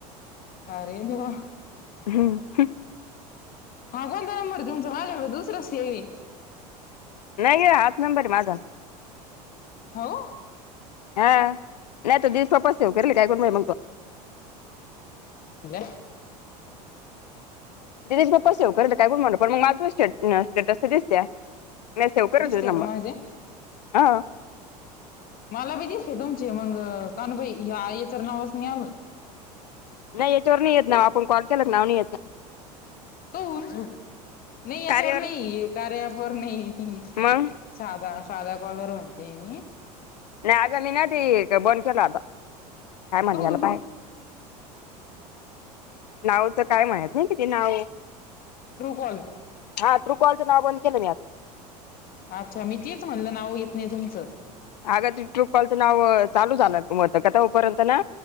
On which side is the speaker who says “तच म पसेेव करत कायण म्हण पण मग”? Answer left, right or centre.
Left